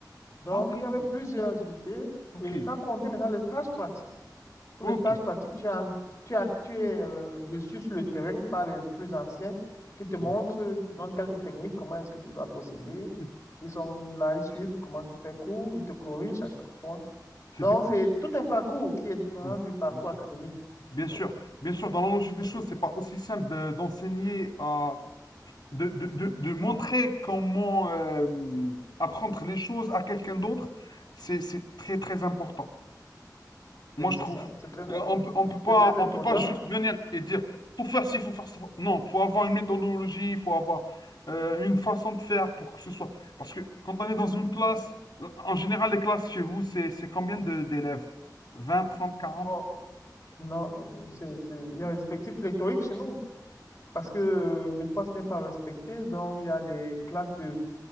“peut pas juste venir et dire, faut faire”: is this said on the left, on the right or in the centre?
Left